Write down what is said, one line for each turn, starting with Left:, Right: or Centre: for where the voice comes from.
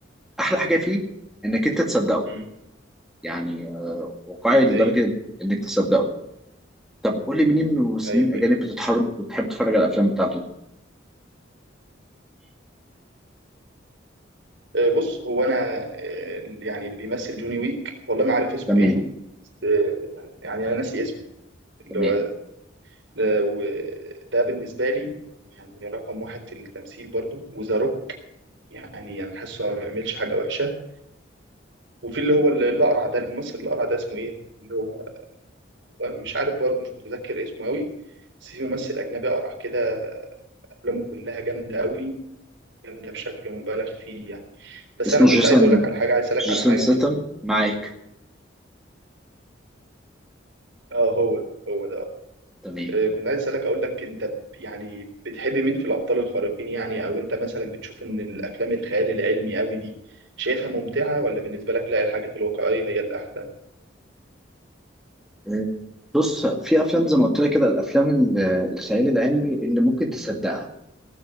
Centre: أحلى حاجة فيه إنك أنت تصدقه
Right: امم
Centre: يعني آه، واقعي لدرجة
Right: ايوه
Centre: إنك تصدقه طب قول لي مين من الممثلين
Right: ايوه
Centre: الأجانب
Right: ايوه
Centre: بتتحرك وتحب تتفرج على الأفلام بتاعته
Right: آه، بص هو انا آه، يعني اللي بيمثل جوني ويك والله ما عارف اسمه
Centre: تمام
Right: ايه آه، يعني انا ناسي اسمه اللي
Centre: تمام
Right: هو ده وده بالنسبه لي يعني رقم واحد في التمثيل برضو وذا روك يعني يعني حاسه ما بيعملش حاجه وحشه وفي اللي هو اللي الاقرع ده الممثل الاقرع ده اسمه ايه اللي هو مش عارف برضه مش متذكر اسمه قوي بس في ممثل أجنبي أقرع كده أفلامه كلها جامدة قوي جامدة بشكل مبالغ فيه يعني بس
Centre: اسمه
Right: أنا كنت
Centre: جيسون
Right: عايز أقول لك على حاجة عايز أسألك
Centre: جيسون
Right: على حاجة
Centre: ستم
Right: كده
Centre: معاك
Right: أه هو ده هو ده أه
Centre: تمام
Right: آه، كنت عايز أسألك أقول لك أنت ب- يعني بتحب مين في الأبطال الخارقين يعني أو أنت مثلا بتشوف إن الأفلام الخيال العلمي قوي دي شايفها ممتعة ولا بالنسبة لك لا الحاجات الواقعية هي اللي أحسن؟
Centre: آه، بص في أفلام زي ما قلت لك كده الأفلام ال- الخيال العلمي اللي ممكن تصدقها